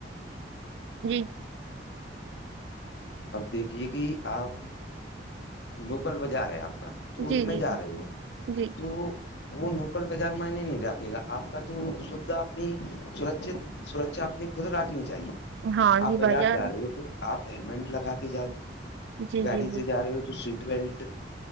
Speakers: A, on the right (about 70°); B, on the left (about 70°).
A: جی
B: اب دیکھیے کہ آپ لوکل بازار ہے آپ کا تو
A: جی
B: اس میں
A: جی
B: جا
A: جی
B: رہی ہوں
A: جی
B: تو وہ نوکل بازار معنے نہیں راکے گا آپ کا تو سبدا اپنی سر سرا اپنی خود رکھنی چاہیے
A: ہاں
B: آپ
A: جی
B: بازار
A: بھائی جان
B: جا رہے ہو تو آپ ہیللمٹ لگا کے جاؤ
A: جی
B: گاڑی
A: جی جی
B: سے جا رہے ہو تو سیٹ بیلٹ